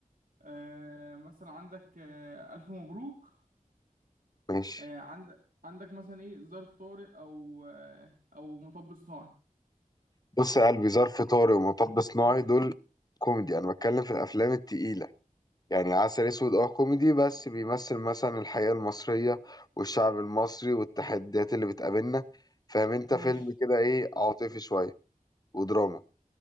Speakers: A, on the right (about 80°); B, on the left (about 25°).
A: آه مثلا عندك آه ألف مبروك
B: ماشي
A: آه، عندك عندك مثلا ايه ظرف طارئ او آه، او مطب صناعي
B: بص يا قلبي ظرف طارق ومطب صناعي دول كوميدي انا بتكلم في الافلام التقيله يعني عسل اسود اه كوميدي بس بيمثل مثلا الحياه المصريه والشعب المصري والتحديات اللي بتقابلنا فاهم انت
A: ماشي
B: فيلم كده ايه عاطفي شويه ودراما